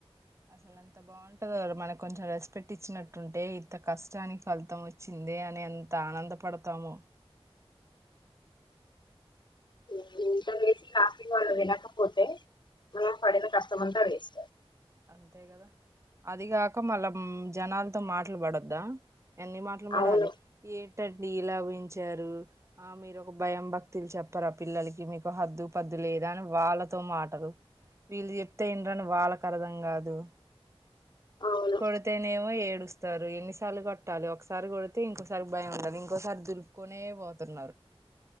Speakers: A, on the right; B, on the left.
A: అసలు అంత బాగుంటదో మనకు కొంచెం రెస్పెక్ట్ ఇచ్చినట్టుంటే ఇంత కష్టానికి ఫలితం వచ్చింది దే అని ఎంత ఆనందపడతామో
B: ఇపుడు ఇంత చేసి <unintelligible> వినకపోతే మనం పడిన కష్టమంత వేస్టే
A: అంతే కదా అదిగాక మళ్ళా జనాలతో మాట్లు పడద్దా ఎన్ని మాటలు పడాలి
B: అవును
A: ఏ టడ్ ఇలా పెంచారు ఆ మీరు ఒక భయం భక్తులు చెప్పర పిల్లలకి మీకు హద్దు పద్దు లేదా అని వాళ్ళతో మాటలు వీళ్ళు చెప్తే ఇండ్రని వాళ్ళకు అర్థం కాదు
B: అవును
A: కొడతేనేమో ఏడు చస్తారు ఎన్నిసార్లు కట్టాలి ఒకసారి కొడితే ఇంకోసారి భయం ఉండాలి ఇంకోసారి దులుపుకునే పోతున్నారు